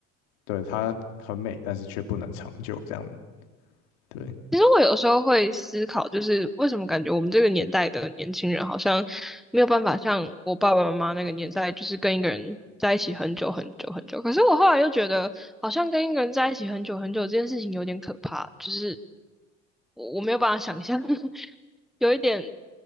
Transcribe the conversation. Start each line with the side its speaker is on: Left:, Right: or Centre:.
Left: 对，它很美，但是却不能长久，这样，对，
Centre: 其实我有时候会思考，就是为什么感觉我们这个年代的年轻人好像没有办法像我爸爸妈妈那个年代，就是跟一个人在一起很久很久很久。可是我后来又觉得，好像跟一个人在一起很久很久这件事情有点可怕，就是我我没有办法想象，<laughs> 有一点